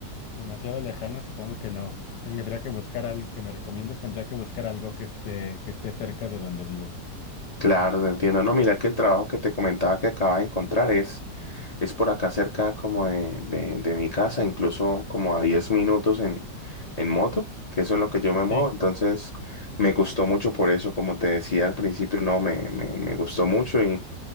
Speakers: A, on the left; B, on the left.
A: demasiado lejana, supongo que no. Tendría que buscar algo que me recomiendes, tendría que buscar algo que esté, que esté cerca de donde vivo.
B: Claro, te entiendo. No, mira que el trabajo que te comentaba que acaba de encontrar es, es por acá cerca como de, de, de mi casa, incluso como a 10 minutos en, en moto, que eso es lo que yo me muevo.
A: Sí,
B: Entonces, me gustó mucho por eso, como te decía al principio, no, me, me, me gustó mucho y,